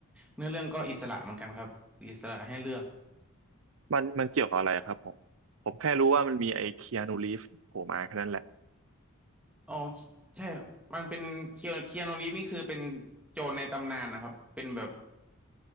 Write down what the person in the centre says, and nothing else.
เนื้อเรื่องก็อิสระเหมือนกันครับอิสระให้เลือก
อ๋อใช่ครับมันเป็นเคียเคียนูรีฟนี่คือเป็นโจรในตำนานนะครับเป็นแบบ